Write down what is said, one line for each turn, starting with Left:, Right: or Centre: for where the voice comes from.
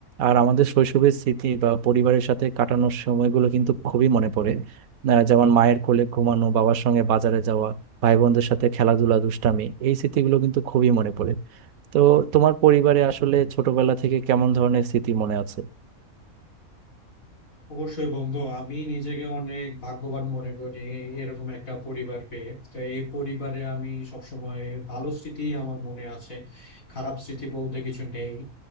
Right: আর আমাদের শৈশবের স্মৃতি বা পরিবারের সাথে কাটানোর সময়গুলো কিন্তু খুবই মনে পড়ে আহ, যেমন মায়ের কোলে ঘুমানো বাবার সঙ্গে বাজারে যাওয়া ভাই বোনদের সাথে খেলাধুলা দুষ্টামি এই স্মৃতিগুলো কিন্তু খুবই মনে পড়ে তো তোমার পরিবারে আসলে ছোটবেলা থেকে কেমন ধরনের স্মৃতি মনে আছে
Left: অবশ্যই বন্ধু আমি নিজেকে অনেক ভাগ্যবান মনে করি এরকম একটা পরিবার পেয়ে তো এই পরিবারে আমি সবসময় ভালো স্মৃতি আমার মনে আছে খারাপ স্মৃতি বলতে কিছু নেই